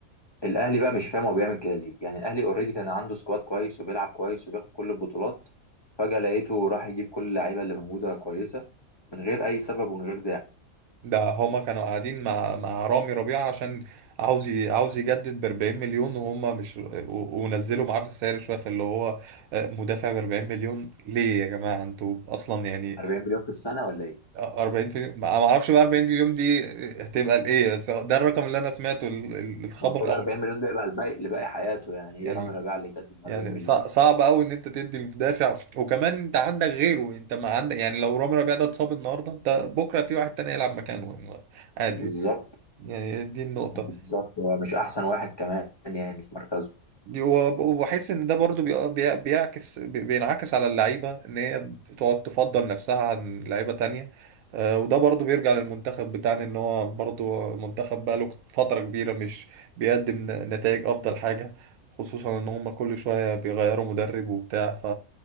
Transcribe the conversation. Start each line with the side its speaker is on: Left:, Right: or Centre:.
Left: الاهلي بقى مش فاهم هو بيعمل كده ليه يعني الاهلي اوريدي كان عنده سكواد كويس وبيلعب كويس وبياخد كل البطولات فجأة لقيته راح يجيب كل اللعيبه اللي موجوده كويسه من غير اي سبب ومن غير داعي
Right: ده هما كانوا قاعدين مع مع رامي ربيعة عشان عاوز ي- عاوز يجدد ب 40 مليون وهم مش و- ونزلوا معاه في السعر شويه فاللي هو آه، مدافع ب 40 مليون ليه يا جماعه انتوا اصلا يعني
Left: 40 مليون في السنه ولا ايه
Right: 40 مليون ما ما اعرفش بقى 40 مليون دي هتبقى لايه بس ده الرقم اللي انا سمعته ال- ال- الخبر
Left: المفروض
Right: او
Left: 40 مليون ده يبقى الباقي لباقي حياته يعني ايه
Right: يعني
Left: رامي ربيعه اللي يقدم
Right: يعني
Left: 40 مليون
Right: صع- صعب قوي ان انت تدي المدافع وكمان انت عندك غيره انت ما عندك يعني لو رامي ربيعه ده اتصاب النهارده انت بكره في واحد تاني يلعب مكانه يعني عادي
Left: بالظبط
Right: يعني دي النقطه
Left: بالظبط هو مش احسن واحد كمان يعني في مركزه
Right: دي وب- وبحس ان ده برضو بي- بي- بيعكس بي- بينعكس على اللعيبه ان هي بتقعد تفضل نفسها عن لعيبه تانية آه، وده برضو بيرجع للمنتخب بتاعنا ان هو برضو منتخب بقاله فتره كبيره مش بيقدم ن- نتائج افضل حاجه خصوصا ان هم كل شويه بيغيروا مدرب وبتاع ف